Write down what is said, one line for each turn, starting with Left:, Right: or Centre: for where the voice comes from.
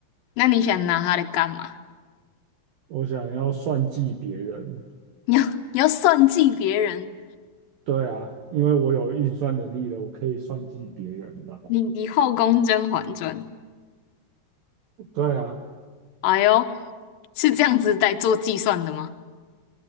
Left: 那你想拿它来干嘛？
Right: 我想要算计别人。
Left: <laughs> 你要你要算计别人，
Right: 对啊，因为我有运算能力了，我可以算计别人了。
Left: 你你后宫甄嬛传。
Right: 对啊，
Left: 哎呦，是这样子在做计算的吗？